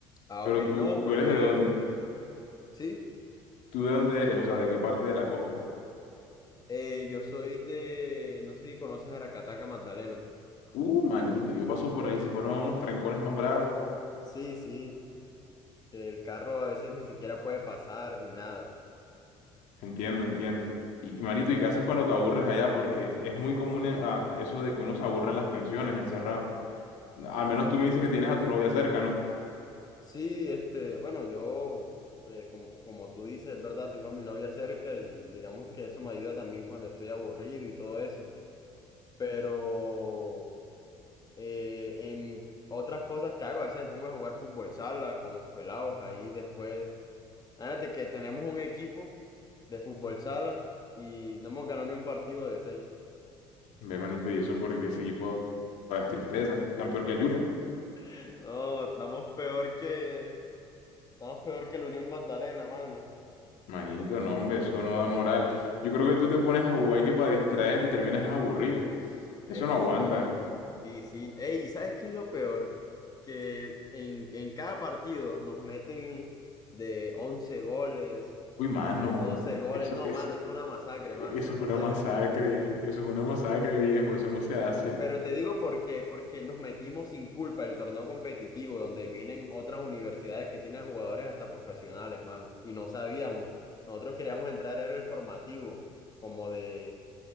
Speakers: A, on the left (about 30°); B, on the left (about 65°).
A: Ah,
B: Pero
A: ok.
B: tú,
A: No, porque
B: ¿tú eres de dónde?
A: sí,
B: ¿Tú de dónde eres? O sea, ¿de qué parte de la costa?
A: eh, yo soy de, no sé si conoces Aracataca, Magdalena.
B: Uh, manito, yo paso por ahí, se forman unos trancones más bravos.
A: Sí, sí. El carro a veces ni siquiera puede pasar ni nada.
B: Entiendo, entiendo. Y manito, ¿y qué haces cuando te aburres allá? Porque es muy común eh, ah, eso de que uno se aburre en las pensiones, encerrado. Al menos tú me dices que tienes a tu novia cerca, ¿no?
A: Sí, este, bueno, yo, eh, como, como tú dices, es verdad, tengo a mi novia cerca y digamos que eso me ayuda también cuando estoy aburrido y todo eso. Pero eh, en otras cosas que hago, a veces me pongo a jugar fútbol sala con los pelados ahí después. Fíjate que tenemos un equipo de fútbol sala y no hemos ganado ni un partido de seis.
B: Ve, manito, y eso porque ese equipo es tristeza, tan peor que el Junior.
A: <laughs> No, estamos peor que, estamos peor que la Unión Magdalena, mano.
B: Manito, no, hombre, eso no da moral. Yo creo que tú te pones a jugar y que para distraerte y terminas es aburrido. Eso
A: Ey,
B: no aguanta.
A: sí, sí, sí. Ey, ¿sabes qué es lo peor? Que en, en cada partido nos meten de 11 goles,
B: Uy, mano,
A: doce goles.
B: eso,
A: No, mano, es una masacre,
B: e-,
A: mano,
B: Eso
A: una
B: es
A: masacre.
B: una masacre, eso es una masacre, viejo, eso no se hace.
A: Pero te digo por qué, porque nos metimos sin culpa el torneo competitivo, donde vienen otras universidades que tienen jugadores hasta profesionales, mano, y no sabíamos. Nosotros queríamos entrar, era el formativo, como de,